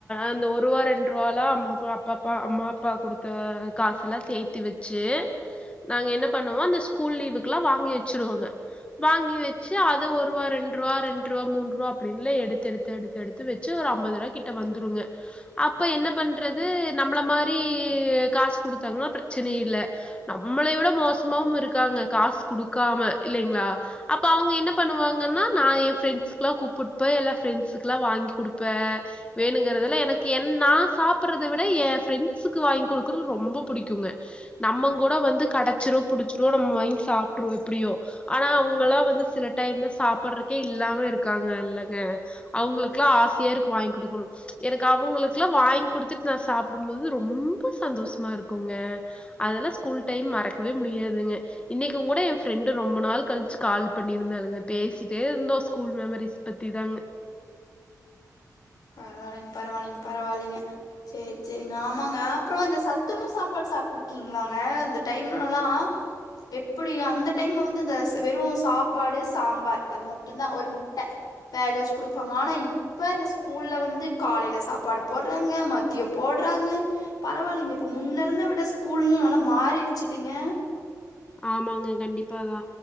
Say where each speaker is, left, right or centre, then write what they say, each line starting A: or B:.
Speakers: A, on the left (about 15°); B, on the left (about 75°).
A: அந்த ஒரு ரூவா ரெண்டு ரூவாலா அம்மா அப்பப்ப அம்மா அப்பா குடுத்த காசுலா சேத்து வச்சு நாங்க என்ன பண்ணுவோ அந்த ஸ்கூல் லீவுக்குலா வாங்கி வச்சிருவோங்க வாங்கி வச்சு அத ஒரு ரூவா ரெண்ரூவா ரெண் ரூவா மூண் ரூவா அப்படின்ல எடுத்து எடுத்து எடுத்து எடுத்து வச்சு ஒரு ஐம்பது ரூவா கிட்ட வந்துடுங்க அப்ப என்ன பண்றது நம்ள மாரீ காசு கொடுத்தாங்கனா பிரச்சனையே ல நம்மளை விட மோசமாவும் இருக்குல இருக்காங்க காஸ் குடுக்காம இல்லைங்ளா அப்ப அவங்க என்ன பண்ணுவாங்கன்னா நா என் ஃப்ரெண்ட் லா கூப்பிட்டுபோய் எலாம் ஃப்ரெண்ட்ஸ்கல வாங்கி கொடுப்ப வேணுங்கறதெல்ல எனக்கு என்ன நா சாப்பறதை விட என் ஃப்ரெண்ட்ஸுக்கு வாங்கி கொடுக்குறது ரொம்ப பிடிக்குங்க நம்பங் கூட வந்து கடைச்சிரோ புடிச்சிரோ நம்ம வாங்கி சாப்பிடுறுவோ எப்படியோ ஆனா அவங்கலா வந்து சில டைம்ல சாப்படுறக்கே இல்லாம இருக்கு க்கங்க இல்லங்க அவங்களுக்குெல்லாம் ஆசையா இருக்கு வாங்கி கொடுக்கணு எனக்கு அவங்களுக்குல்லா வாங்கி குடுத்துட்டு நா சாப்டும் போது ரொம்ப சந்தோஷமா இருக்குங்க அதெல்லாம் ஸ்கூல் டைம் மறக்கவே முடியாதுங்க இன்னைக்கும் கூட என் ஃப்ரெண்டு ரொம்ப நாள் கழிச்சு கால் பண்ணி இருந்தாளுங்க பேசிட்டே இருந்தோ ஸ்கூல் மம ரிஸ்பத்தி தாங்க
B: பரவில்லைங்க பரவாயில்லைங்க பரவாயில்லைங்க செரி செரிங்க ஆமாங்க அப்ரோ இந்த சத்துணுவு சாப்பாடு சாப்பிட்டு இருக்கீங்களாங்க அந்த டைம்லல்லா எப்படி அந்த டைம்ல வந்து இந்த வெறும் சாப்பாடு சாம்பார் அது மட்டும் தா ஒரு முட்ட வேக வச்சு குடுப்பாங்க ஆனா இப்ப இந்த கூல்ல வந்து காலையில சாப்பாடு போடுறாங்க மதியம் போடுறாங்க பரவாயில்லைங்க இப்ப முன்ன இருந்த விட ஸ்கூல்ல்லா நல்லா மாறிடுச்சுல்லங்க
A: ஆமாங்க கண்டிப்பாதா